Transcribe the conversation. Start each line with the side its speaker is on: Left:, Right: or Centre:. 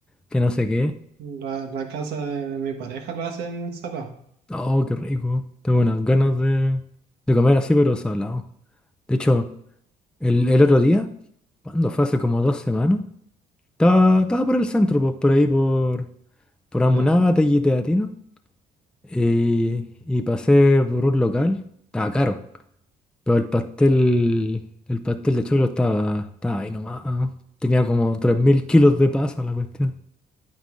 Centre: que no sé qué.
Right: La, la casa de, de mi pareja lo hacen salado.
Centre: Oh, qué rico. Tengo unas ganas de, de comer así, pero salado. De hecho, el, el otro día, cuando fue hace como dos semanas, estaba, estaba por el centro, pues, por ahí, por, por
Right: ¿Ya?
Centre: Amunátegui y Teatino, y, y pasé por un local. Estaba caro. Pero el pastel, el pastel de choclo estaba, estaba ahí nomás. ¿no? Tenía como 3.000 kilos de pasa la cuestión.